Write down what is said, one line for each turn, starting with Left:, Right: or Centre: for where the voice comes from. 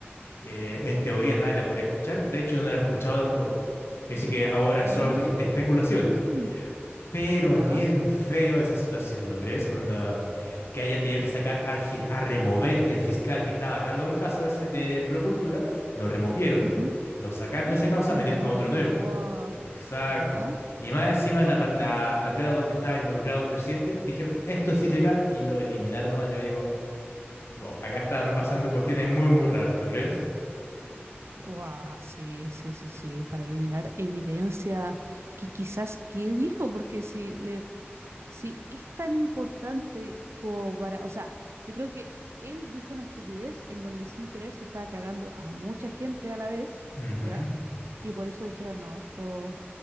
Left: Eh, en teoría nadie la podría escuchar, de hecho no la he escuchado tampoco. Así que ahora es
Right: Mm,
Left: solamente espe- especulaciones, pero
Right: ya.
Left: es bien feo esa situación, ¿no crees? Onda, que hayan tenido que sacar al fi- a remover el fiscal que estaba a cargo del caso ese de Procultura, lo removieron,
Right: ujú.
Left: lo sacaron
Right: <gasps>
Left: de esa causa,
Right: los
Left: metieron
Right: removieron,
Left: a otro nuevo.
Right: guau.
Left: Exacto.
Right: Ya.
Left: Y más encima la, pa- la, la prueba donde estaba involucrado el presidente, dijeron, esto es ilegal y lo eliminaron nomás. Yo digo, wow, acá están pasando cuestiones muy, muy raras, ¿no crees?
Right: Guau, sí, sí, sí, sí. Para eliminar evidencia que quizás qué dijo, porque si le, si es tan importante como para, o sea, yo creo que él dijo una estupidez en donde sin querer se estaba cagando a mucha gente a la vez,
Left: Ujú,
Right: ¿ya? Y por eso dijeron, no, esto.